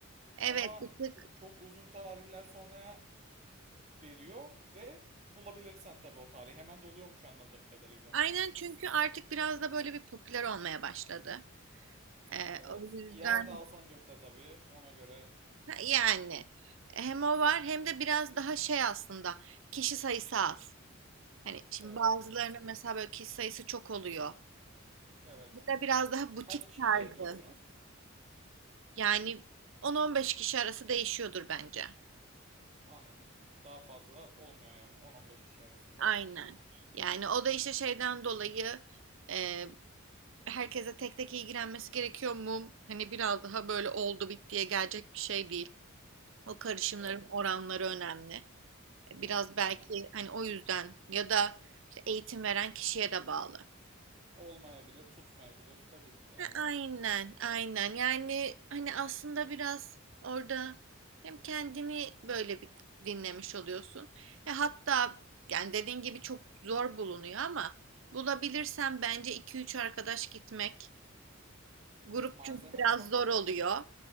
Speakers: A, on the right; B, on the right.
A: Evet,
B: Ama
A: bir tık.
B: çok, çok uzun tarihler sonraya veriyor ve bulabilirsen tabii o tarihi hemen doluyormuş anladığım kadarıyla.
A: Aynen çünkü artık biraz da böyle bir popüler olmaya başladı. E,
B: Evet.
A: o yüzden.
B: Yer de Alsancak'ta tabii. Ona göre
A: Ha, Yani hem o var hem de biraz daha şey aslında kişi sayısı az. Hani şimdi
B: evet
A: bazılarının
B: anladım.
A: mesela böyle kişi sayısı çok oluyor.
B: Evet.
A: Bu da biraz daha butik
B: Kaç kişiyle
A: tarzı.
B: yapıyorsunuz?
A: Yani 10-15 kişi arası değişiyordur bence.
B: Anladım. Daha fazla olmuyor yani 10-15 kişi arasında.
A: Aynen. Yani o da işte şeyden dolayı e, herkese tek tek ilgilenmesi gerekiyor mu? Hani biraz daha böyle oldu bittiye gelecek bir şey değil. O karışımların
B: Evet.
A: oranları önemli. Biraz belki
B: Anladım.
A: hani o yüzden ya da işte eğitim veren kişiye de bağlı.
B: Olmayabilir, tutmayabilir tabii yani.
A: Ha, Aynen, aynen. Yani hani aslında biraz orada hem kendini böyle bir dinlemiş oluyorsun. E hatta yani dediğin gibi çok zor bulunuyor ama bulabilirsen bence iki üç arkadaş gitmek. Grup
B: Malzeme
A: çünkü biraz
B: fa-
A: zor oluyor.